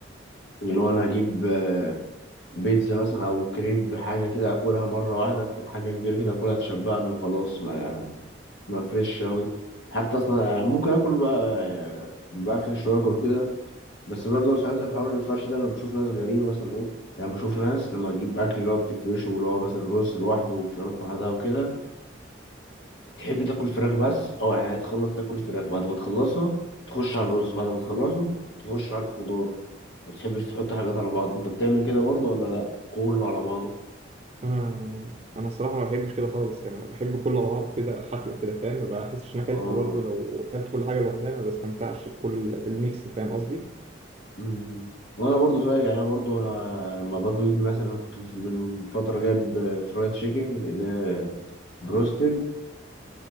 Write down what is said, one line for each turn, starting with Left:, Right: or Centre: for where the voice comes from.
Left: اللي هو انا هجيب آه، بيتزا مثلا او كريب حاجه كده اكلها مره واحده حاجه كبيره كده اكلها تشبعني وخلاص ما ما فريش اوي حتى اصلا انا ممكن اكل بقى آه، بفرش واكل كده بس برضه ساعات الحوار الفرش ده انا بشوف ناس غريبه مثلا ايه يعني بشوف ناس لما تجيب اكل اللي هو بتفرشه واللي هو مثلا رز لوحده وفراخ لوحدها وكده تحب تاكل فراخ بس اه يعني تخلص تاكل فراخ بعد ما تخلصها تخش على الرز بعد ما تخلصه تخش على الخضار ما بتحبش تحط حاجات على بعض انت بتعمل كده برضه ولا لا كله على بعضه
Right: انا انا الصراحه ما بحبش كده خالص يعني بحب كله على بعضه كده حفله كده فاهم ما بحسش ان أنا
Left: اه
Right: اكلت برضه لو اكلت كل حاجه لوحدها ما بستمتعش بكل بالميكس فاهم قصدي
Left: أمم. وانا برضه زيك يعني انا برضه انا لما بجيب مثلا كنت من فتره جايب فرايد تشيكن اللي هي بروستد